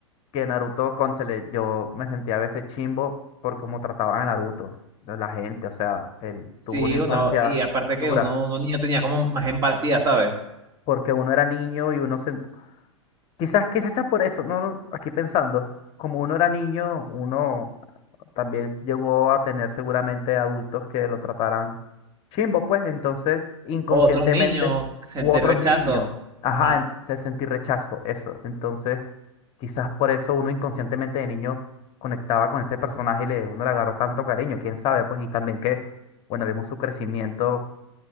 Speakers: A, on the left (about 35°); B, on the right (about 25°).
A: Que Naruto, cónchale, yo me sentía a veces chimbo por cómo trataban a Naruto, de la gente, o sea, él
B: Sí,
A: tuvo una infancia
B: uno. Y aparte
A: dura,
B: que uno, uno niño tenía como más empatía, ¿sabes?
A: porque uno era niño y uno se... Quizás, quizás sea por eso, ¿no? Aquí pensando, como uno era niño, uno También llegó a tener seguramente adultos que lo trataran chimbo, pues entonces inconscientemente,
B: Otros niños sentir
A: u otros
B: rechazo.
A: niños, ajá,
B: Ajá.
A: entonces sentí rechazo, eso. Entonces, quizás por eso uno inconscientemente de niño conectaba con ese personaje y le, uno le agarró tanto cariño, quién sabe, pues, y también que, bueno, vimos su crecimiento